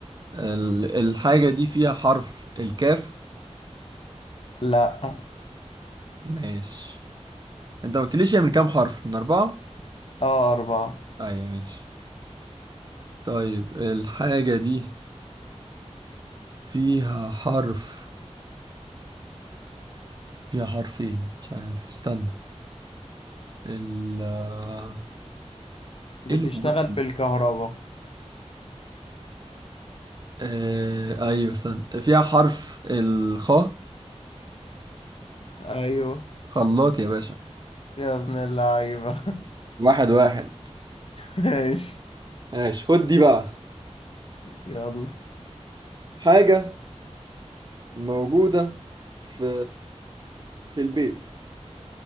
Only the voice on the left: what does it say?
لا
اه أربعة
بتشتغل
بالكهرباء
أيوه
يا ابن اللعيبة
<laughs> ماشي
يلا